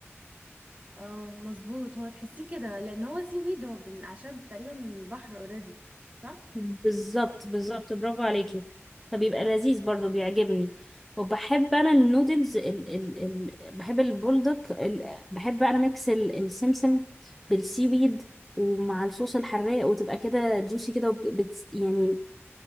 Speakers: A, on the right; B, in the centre.
A: اه مظبوط هو تحسيه كده لان هو سي ويد هو من اعشاب تقريبا من البحر اوريدي صح
B: بالظبط بالظبط برافو عليكي فبيبقى لذيذ برضو بيعجبني وبحب انا النودلز ال ال ال بحب البولدك ال بحب انا ميكس ال- السمسم بالسي ويد ومع الصوص الحراق وتبقى كده جوسي كده وب- بت يعني